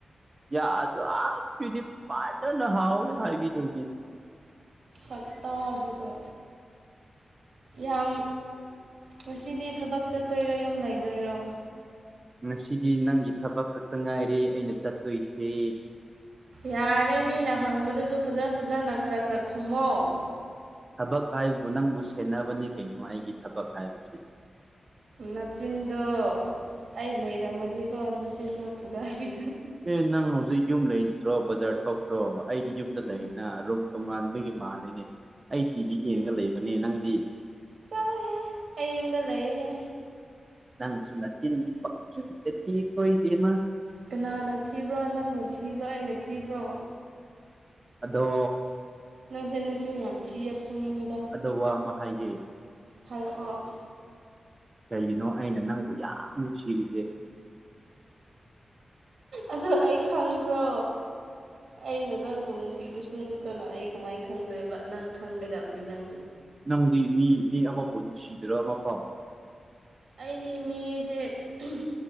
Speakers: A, on the right; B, on the right.
A: ꯌꯥꯛꯑꯁꯨ ꯑꯁ ꯁꯤꯗꯤ ꯐꯖꯅ ꯍꯥꯎꯋꯦ ꯍꯥꯏꯕꯤꯗꯣꯏꯅꯤ
B: ꯁꯛꯇ ꯗꯨꯒ ꯌꯥꯝ ꯉꯁꯤꯗꯤ ꯊꯕꯛ ꯆꯠꯇꯣꯏꯔꯣ ꯌꯨꯝ ꯂꯩꯗꯣꯏꯔꯣ
A: ꯉꯁꯤꯗꯤ ꯅꯪꯒꯤ ꯊꯕꯛ ꯈꯛꯇꯪ ꯉꯥꯏꯔꯦ ꯑꯩꯅ ꯆꯠꯇꯣꯏꯁꯦ
B: ꯌꯥꯔꯦ ꯃꯤꯅ ꯍꯪꯕꯗꯨꯁꯨ ꯐꯖ ꯐꯖꯅ ꯈꯔ ꯈꯔ ꯈꯨꯝꯃꯣ
A: ꯊꯕꯛ ꯍꯥꯏꯕꯨ ꯅꯪꯕꯨ ꯁꯦꯟꯅꯕꯅꯦ ꯀꯩꯅꯣ ꯑꯩꯒꯤ ꯊꯕꯛ ꯍꯥꯏꯕꯁꯤꯗꯤ
B: ꯅꯆꯤꯟꯗꯣ ꯑꯩ ꯂꯩꯔꯝꯃꯗꯤꯀꯣ ꯅꯆꯤꯟꯗꯣ ꯊꯨꯒꯥꯏꯕꯤ
A: ꯑꯦ ꯅꯪ ꯍꯧꯖꯤꯛ ꯌꯨꯝ ꯂꯩꯇ꯭ꯔꯣ ꯕꯖꯥꯔ ꯊꯣꯛꯇ꯭ꯔꯣ ꯑꯩꯗꯤ ꯌꯨꯝꯗ ꯂꯩꯅ ꯔꯨꯝ ꯇꯣꯉꯟꯕꯒꯤ ꯃꯥꯜꯂꯤꯅꯦ ꯑꯩ ꯇꯤꯚꯤ ꯌꯦꯡꯉꯒ ꯂꯩꯕꯅꯦ ꯅꯪꯗꯤ
B: ꯆꯂꯣꯍꯦ ꯑꯩ ꯌꯨꯝꯗ ꯂꯩꯍꯦ
A: ꯅꯪꯁꯨ ꯅꯆꯤꯟꯗꯤ ꯄꯡꯊꯤꯗ ꯊꯤꯀꯣ ꯏꯕꯦꯝꯃ
B: ꯀꯅꯥꯅ ꯊꯤꯕ꯭ꯔ ꯅꯪꯅ ꯊꯤꯕ꯭ꯔ ꯑꯩꯅ ꯊꯤꯕ꯭ꯔꯣ
A: ꯑꯗꯣ
B: ꯅꯪꯁꯦ ꯅꯆꯤꯟ ꯌꯥꯝ ꯊꯤꯌꯦ ꯐꯨꯅꯤꯡꯉꯤꯗ
A: ꯑꯗ ꯋꯥ ꯑꯃ ꯍꯥꯏꯒꯦ
B: ꯍꯥꯏꯔꯛꯑꯣ
A: ꯀꯩꯒꯤꯅꯣ ꯑꯩꯅ ꯅꯪꯕꯨ ꯌꯥꯝ ꯅꯨꯡꯁꯤꯔꯤꯖꯦ
B: ꯑꯗꯨ ꯑꯩ ꯈꯪꯕ꯭ꯔꯣ ꯑꯩꯅ ꯅꯪꯕꯨ ꯅꯨꯡꯁꯤꯕꯁꯨ ꯅꯠꯇꯅ ꯑꯩ ꯀꯃꯥꯏꯅ ꯈꯪꯗꯣꯏꯕ ꯅꯪ ꯈꯪꯒꯗꯕꯅꯤ ꯅꯪ
A: ꯅꯪꯗꯤ ꯃꯤ ꯃꯤ ꯑꯃꯕꯨ ꯅꯨꯡꯁꯤꯗ꯭ꯔ <unintelligible>
B: ꯑꯩꯗꯤ ꯃꯤꯖꯦ ꯑꯍꯝ